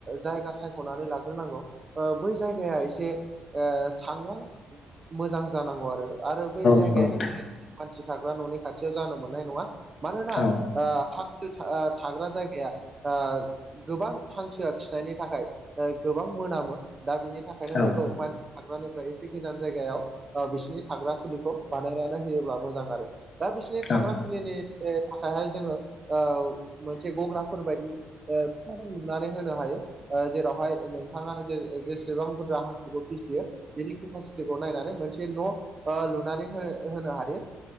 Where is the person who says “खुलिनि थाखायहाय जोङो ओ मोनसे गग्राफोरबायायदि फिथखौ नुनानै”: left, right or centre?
Right